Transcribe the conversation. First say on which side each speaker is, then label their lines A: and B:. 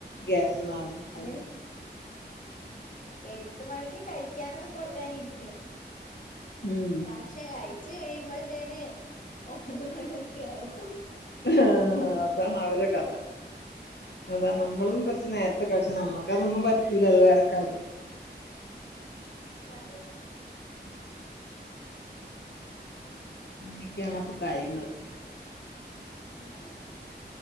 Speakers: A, on the left; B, on the left.
A: ഗ്യാസ് നെറഞ്ഞിട്ടും
B: അതിന് എട്ട് മണിക്ക് കഴിക്കാനൊക്ക കൊടുക്കാനിരിക്കും
A: ഉം
B: പക്ഷെ കഴിച്ചു കഴിയുമ്പൊഴത്തേന് ഒമ്പത് മണി ഒക്കെയാവും
A: ആഹ് അതാണ് അവര കഥ അതാ നമ്മളും കൊറച്ച് നേരത്തെ കഴിച്ച് നമ്മക്ക തൊന്നും പറ്റൂല അത് വേറെ കാര്യം <inaudible>
B: അതെ
A: അങ്ങനെയൊക്കെ ആണ് അപ്പൊ കാര്യങ്ങള്
B: അങ്ങനെ